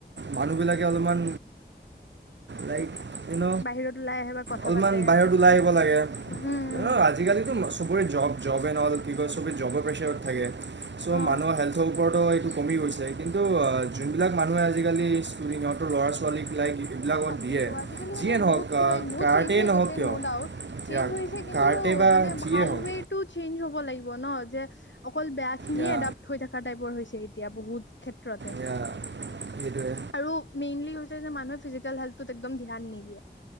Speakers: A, on the right; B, on the left.
A: মানুহবিলাকে অলপমান লাইক ন
B: বাহিৰত ওলাই আহে বা কথা
A: অলপমান
B: পাতে
A: বাহিৰত ওলাই আহিব লাগে,
B: উম উম
A: অ আজিকালিটো চব চবৰে জব-জব এণ্ড অল। কি কৰিছ? জবৰ প্ৰেছাৰত থাকে, চ'
B: অ
A: মানুহৰ হেল্থৰ ওপৰতো কমি গৈছে কিন্তু যোনবিলাক মানুহে আজিকালি স্কুল ইহঁতৰ ল'ৰা ছোৱালীক লাইক এইবিলাকত
B: তাকেতো
A: দিয়ে
B: আজিকালি
A: যিয়ে
B: মানে
A: নহওক
B: বহুত কিবা বহুত
A: কাৰ্টেই
B: চেঞ্জ হৈ
A: নহওক
B: গৈছে
A: কিয়
B: ন' ডাউট চেঞ্জ
A: য়া
B: হৈছে কিন্তু
A: কাৰ্টে বা
B: মানে
A: যিয়ে
B: ভাল
A: হওক
B: ৱেটো চেঞ্জ হ'ব লাগিব ন। যে অকল বেয়া খিনিয়ে
A: য়া
B: এডাপ্ট হৈ থকা টাইপৰ হৈছে। এতিয়া বহুত ক্ষেত্ৰতে।
A: য়া সেইটোৱে
B: আৰু মেইনলি হৈছে যে মানুহে ফিজিকেল হেল্থত একদম ধ্যান নিদিয়ে।